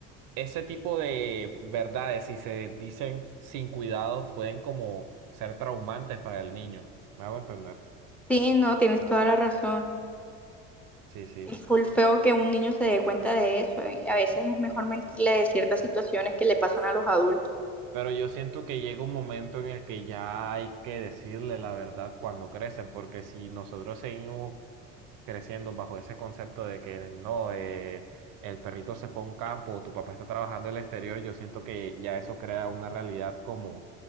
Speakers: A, on the right; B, in the centre.
A: ese tipo de verdades, si se dicen sin cuidado, pueden como ser traumantes para el niño. Me hago entender.
B: Sí, no, tienes toda la razón.
A: Sí, sí.
B: Es full feo que un niño se dé cuenta de eso y a veces es mejor mentirle de ciertas situaciones que le pasan a los adultos.
A: Pero yo siento que llega un momento en el que ya hay que decirle la verdad cuando crecen, porque si nosotros seguimos creciendo bajo ese concepto de que no, eh, el perrito se fue a un campo, tu papá está trabajando en el exterior, yo siento que ya eso crea una realidad como